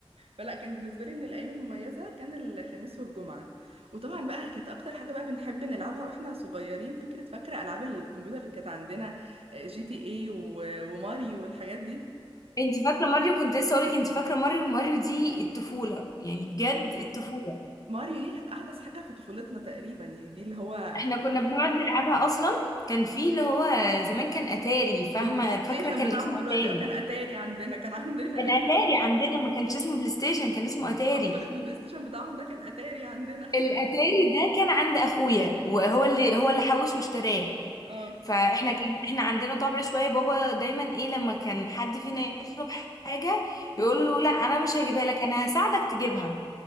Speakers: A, on the right; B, on the left.
A: فلا كان بالنسبه لي من الايام المميزه كان الخميس والجمعه وطبعا بقى كانت اكتر حاجه بقى بنحب نلعبها واحنا صغيرين فكره فاكره العاب الكمبيوتر اللي كانت عندنا جي تي اي و... وماريو والحاجات دي
B: انت فاكره ماريو كنت لسه اقولك انت فاكره ماريو ماريو دي الطفوله يعني بجد الطفوله
A: ماريو دي كانت احدث حاجه في طفولتنا تقريبا يعني دي اللي هو
B: احنا كنا بنقعد نلعبها اصلا كان في اللي هو زمان كان اتاري فاهمه
A: البلاي ستيشن
B: فاكره كان
A: بتاعهم
B: اسمه
A: دلوقتي
B: اتاري
A: اه كان اتاري عندنا كان عندنا
B: كان
A: <laughs> ايوه
B: اتاري عندنا ما كانش اسمه بلاي ستيشن كان اسمه اتاري
A: اما بقول لك البلاي ستيشن بتاعهم ده كان اتاري عندنا
B: فالاتاري ده كان عند اخويا وهو اللي هو اللي حوش واشتراه
A: <laughs> اه
B: فاحنا كان احنا عندنا طبع شويه بابا دايما ايه لما كان حد فينا يطلب حاجه يقول
A: أمم.
B: له لا انا مش هجيبها لك انا هساعدك تجيبها